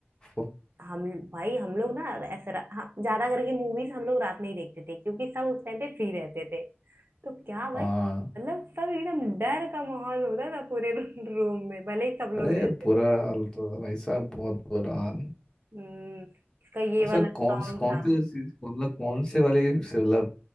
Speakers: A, on the left; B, on the right.
A: फ-
B: हम भाई हम लोग ना ऐसे रा- हाँ, ज्यादा करके मूवीज हम लोग रात में ही देखते थे क्योंकि सब उस टाइम पे फ्री रहते थे तो क्या भाई
A: हाँ
B: मतलब सब एकदम डर का माहौल होता था पूरे <laughs> रूम में भले ही सब
A: अरे
B: लोग रहते
A: बुरा
B: थे
A: हाल तो है भाई साहब बहुत बुरा हाल है।
B: हम्म इसका ये
A: अच्छा
B: वाला
A: कौन
B: सॉन्ग
A: से कौन
B: था
A: से series- मतलब कौन से वाले से मतलब